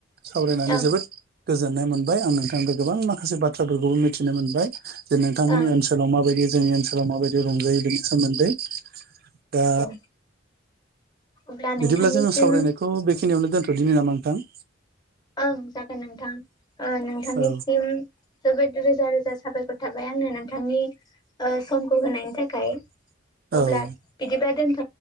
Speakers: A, on the right (about 50°); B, on the left (about 20°).
A: सावरायनानै
B: ओं
A: जोबोद गोजोननाय मोनबाय आं नोंथां। गोबां माखासे बाथ्राफोरखौबो मिथिनो मोनबाय जे नोंथांमोननि
B: ओं
A: ओनसोलाव माबायदि जोंनि ओनसोलाव माबायदि रंजायो बेनि सोमोन्दै दा
B: औ अब्ला नोंथांनिसिम
A: बिदिब्ला जोङो सावरायनायखौ बेखिनियावनो दोन्थ'दिनि नामा नोंथां?
B: ओं जागोन नोंथां ओ नोंथांनिसिम
A: औ
B: जोबोद रोजा रोजा साबायखर थाबाय आंनो नोंथांनि समखौ होनायनि थाखाय अब्ला
A: औ
B: बिदिबा दोन